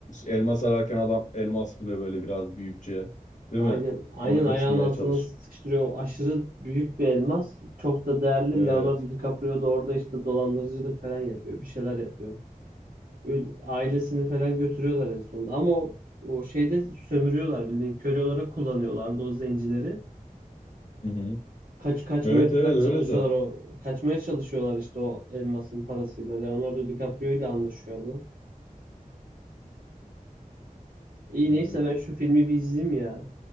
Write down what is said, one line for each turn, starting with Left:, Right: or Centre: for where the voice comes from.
Left: elma sararken adam elmas buluyor böyle biraz büyükçe. Değil
Right: Aynen,
Left: mi?
Right: aynen
Left: Onu kaçırmaya
Right: ayağın altına
Left: çalış.
Right: sıkıştırıyor. O aşırı büyük bir elmas. Çok da değerli.
Left: Evet.
Right: Leonardo DiCaprio da orada işte dolandırıcılık falan yapıyor. Bir şeyler yapıyor. Öl- ailesini falan götürüyorlar en sonunda. Ama o, o şeyde sömürüyorlar bildiğin köle olarak kullanıyorlardı o zencileri.
Left: Hı hı.
Right: Kaç kaçmaya
Left: Evet
Right: falan
Left: evet öyle
Right: çalışıyorlar
Left: zaten.
Right: o kaçmaya çalışıyorlar işte o elmasın parasıyla. Leonardo DiCaprio ile anlaşıyordu. İyi
Left: Yani.
Right: neyse ben şu filmi bir izleyeyim ya.